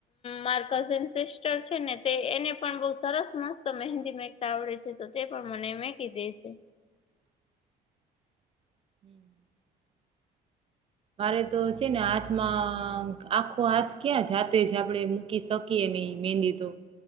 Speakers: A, on the left; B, on the right.
A: માર કઝન સિસ્ટર છે ને તે એને પણ બહ સરસ મસ્ત મહેંદી મેકતા આવડે છે તો તે પણ મને કે દ છે
B: હમ મારે તો છે ને હાથમાં આખો હાથ ક્યાં જાતે જ આપડે મૂકી શકીએ નહી મેંદી તો